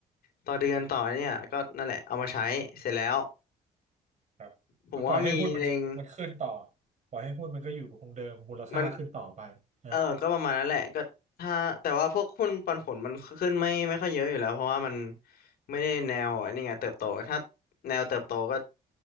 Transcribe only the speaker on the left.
ต่อเดือนต่อไอ้เนี่ยก็นั่นแหละเอามาใช้เสร็จแล้ว
ผมว่ามีเล็ง
มันเออก็ประมาณนั้นแหละก็ถ้าแต่ว่าพวกหุ้นปันผลมันขึ้นไม่ไม่ค่อยเยอะอยู่แล้วเพราะว่ามันไม่ได้แนวไอ้นี่ไงเติบโตถ้าแนวเติบโตก็